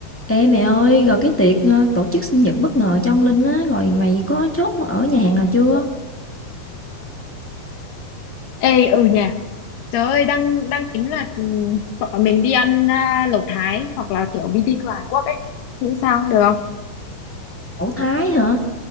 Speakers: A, in the centre; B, on the left.
A: Ê mẹ ơi, rồi cái tiệc ờ, tổ chức sinh nhật bất ngờ cho ông Linh á, rồi mày có chốt ở nhà hàng nào chưa?
B: Ê ừ nhỉ Trời ơi đang đang tính là ừ, bọn mình đi ăn à, lẩu Thái hoặc là kiểu BBQ Hàn Quốc ấy Thì sao được không
A: Lẩu Thái hả?